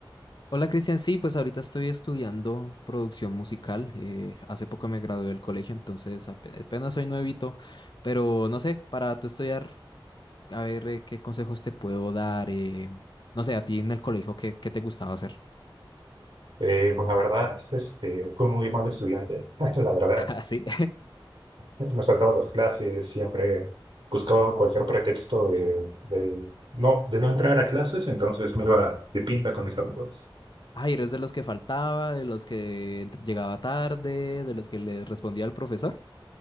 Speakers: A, on the left; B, on the right.
A: Hola Cristian, sí, pues ahorita estoy estudiando producción musical. eh, hace poco me gradué del colegio, entonces ape- apenas soy nuevito, pero no sé, para tú estudiar, a ver eh, qué consejos te puedo dar. eh, no sé, a ti en el colegio, ¿qué, qué te gustaba hacer?
B: Eh, pues la verdad, este, fui muy mal estudiante, <laughs> la verdad.
A: <laughs> Ah, sí.
B: Me saltaba las clases, siempre buscaba cualquier pretexto de, de, no, de no entrar a clases, entonces me iba de pinta con mis amigos.
A: <laughs> Ay, ¿eres de los que faltaba, de los que ent- llegaba tarde, de los que le respondía al profesor?